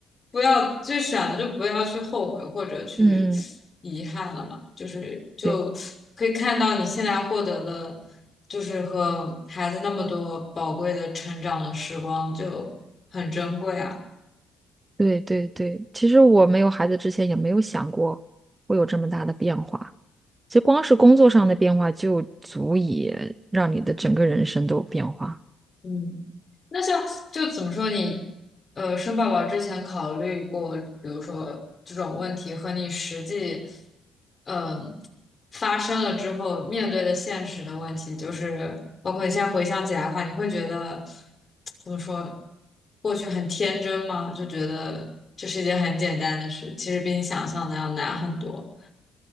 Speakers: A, on the left; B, on the right.
A: 不要就选了就不要去后悔或者去
B: 嗯嗯，
A: 遗憾了嘛，就是就可以看到你现在获得的，
B: 对
A: 就是和孩子那么多宝贵的成长的时光就很珍贵啊，
B: 对对对。其实我没有孩子之前也没有想过会有这么大的变化。其实光是工作上的变化就足以让你的整个人生都有变化。
A: 嗯。那像就怎么说你，呃，生宝宝之前考虑过，比如说这种问题和你实际，嗯、发生了之后面对的现实的问题，就是包括你现在回想起来的话，你会觉得怎么说，过去很天真吗？就觉得这是一件很简单的事，其实比你想象的要难很多。